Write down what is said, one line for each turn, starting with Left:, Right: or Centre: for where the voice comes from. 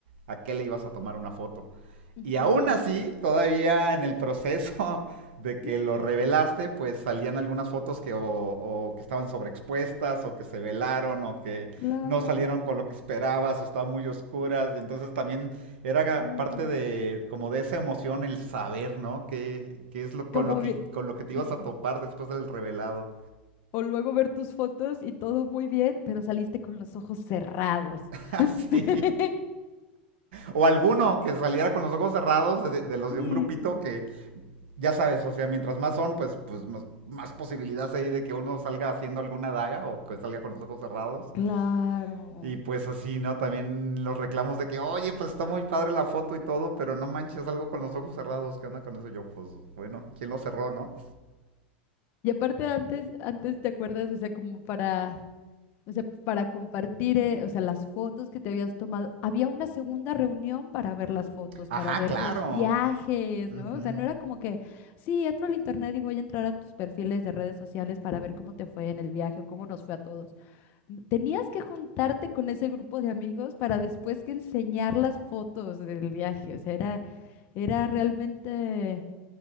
Right: a qué le ibas a tomar una foto.
Left: Ujú.
Right: Y aún así, todavía en el proceso <laughs> de que
Left: <laughs>
Right: lo revelaste, pues salían algunas fotos que o, o que estaban sobreexpuestas, o que se velaron, o que
Left: Claro.
Right: no salieron con lo que esperabas, o estaban muy oscuras. Entonces también era
Left: mm.
Right: parte de como de esa emoción el saber, ¿no? Que, qué es lo, con,
Left: Como
Right: lo que,
Left: bien.
Right: con lo que te ibas
Left: Sí.
Right: a topar después del revelado.
Left: O luego ver tus fotos y todo muy bien, pero saliste con los ojos cerrados.
Right: <laughs> Así.
Left: <laughs>
Right: o alguno que saliera con los ojos cerrados de, de los
Left: Sí,
Right: de un grupito que ya sabes, o sea, mientras más son, pues, pues más, más posibilidades hay de que uno salga haciendo alguna daga o que salga con los ojos cerrados.
Left: claro.
Right: Y pues así, ¿no? También los reclamos de que, oye, pues está muy padre la foto y todo, pero no manches algo con los ojos cerrados. ¿Qué onda con eso? Yo, pues, bueno, ¿quién lo cerró, no?
Left: Y aparte antes, antes te acuerdas, o sea, como para O sea, para compartir, eh, o sea, las fotos que te habías tomado. Había una segunda reunión para ver las fotos,
Right: Ajá,
Left: para ver
Right: claro.
Left: los viajes,
Right: Ujú,
Left: ¿no? O sea, no era como que, sí, entro al internet y voy a entrar a tus perfiles de redes sociales para ver cómo te fue en el viaje o cómo nos fue a todos. N- Tenías que juntarte con ese grupo de amigos para después que enseñar las fotos del viaje. O sea, era, era realmente